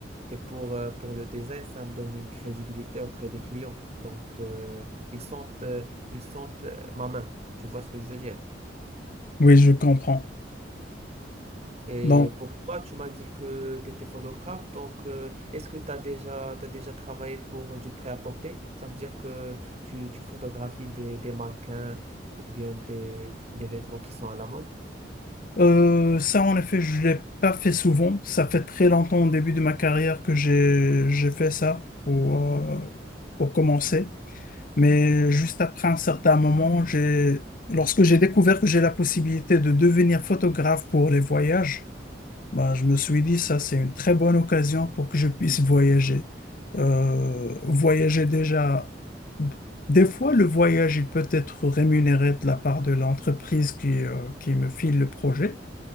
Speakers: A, on the right; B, on the left.
A: Et pour, euh, pour le design, ça me donne une crédibilité auprès des clients. Donc, euh, ils sentent, euh, ils sentent euh, ma main. Tu vois ce que je veux dire?
B: oui, je comprends.
A: Et
B: Donc,
A: pour toi, tu m'as dit que tu étais photographe. Donc, euh, est-ce que tu as déjà, t'as déjà travaillé pour du prêt-à-porter? Ça veut dire que tu, tu photographies des, des mannequins ou bien des, des vêtements qui sont à la mode.
B: Euh, ça, en effet, je l'ai pas fait souvent. Ça fait très longtemps au début de ma carrière que j'ai j'ai fait ça pour, euh, pour commencer. Mais juste après un certain moment, j'ai lorsque j'ai découvert que j'ai la possibilité de devenir photographe pour les voyages, bah, je me suis dit ça, c'est une très bonne occasion pour que je puisse voyager. Euh, voyager déjà. Des fois, le voyage, il peut être rémunéré de la part de l'entreprise qui, euh, qui me file le projet.